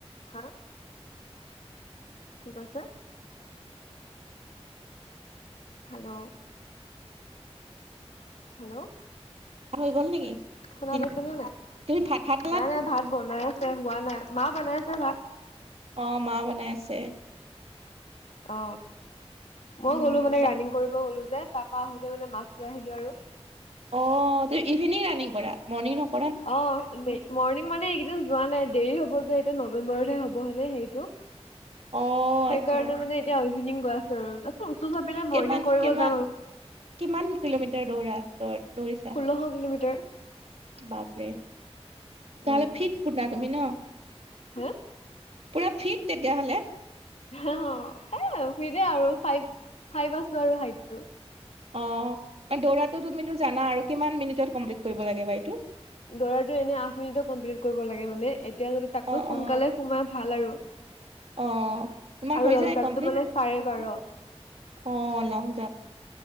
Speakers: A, on the left; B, on the right.
A: হা কি কৈছে হেল্ল হেল্ল'
B: হৈ গ'ল নেকি
A: শুনা
B: ডিনাৰ?
A: পাইছে নে
B: তুমি ভাত ভাত খালা
A: নাই নাই ভাত বনাই আছে হোৱা নাই মা বনাই আছে ভাত।
B: অ মা বনাই আছে।
A: অ মই
B: উম
A: গ'লো মানে ৰাণিং কৰিব গ'লো। যে তাৰ পৰা আহোতে মানে মাছ লৈ আহিলো আৰু
B: অ তু ইভিনিং ৰাণিং কৰা মৰ্ণিং নকৰ
A: অ মৰ্ণিং মানে এইকেইদিন যোৱা নাই দেৰি হ'ব যে এতিয়া নৱেম্বৰতহে হ'ব হয়নে হেৰিটো
B: অ
A: সেইকাৰণে
B: আচ্ছা
A: মানে এতিয়া ইভিনিং গৈ আছো আৰু তাৰপিছত চাবে মৰ্ণিং
B: কিমান
A: কৰিব
B: কিমান
A: যাম আৰু
B: কিমান কিলোমিটাৰ দৌৰা দৌ দৌৰিছা
A: ষোল্লশ কিলোমিটাৰ
B: বাপৰে তহলে
A: উম
B: ফিট পুতনা তুমি ন <unintelligible>
A: হে
B: পুৰা ফিট তেতিয়াহলে
A: অ অ সেই আৰু ফাইভ ফাইভ আছো আৰু হাইটটো
B: অ দৌৰাটো তুমিটো জানা আৰু, কিমান মিনিটত কমপ্লিট কৰিব লাগে এইটো?
A: দৌৰাতো এনে আঠ মিনিটত কমপ্লিট কৰিব লাগে, মানে এতিয়া যদি তাকো
B: অ
A: সোনকালে
B: অ
A: সোমাই ভাল আৰু
B: অ তোমাৰ
A: আৰু
B: হৈ
A: লঙজাবটো
B: যায় কমপ্লিট
A: মানে চাৰে বাৰ
B: অ লং জাম্প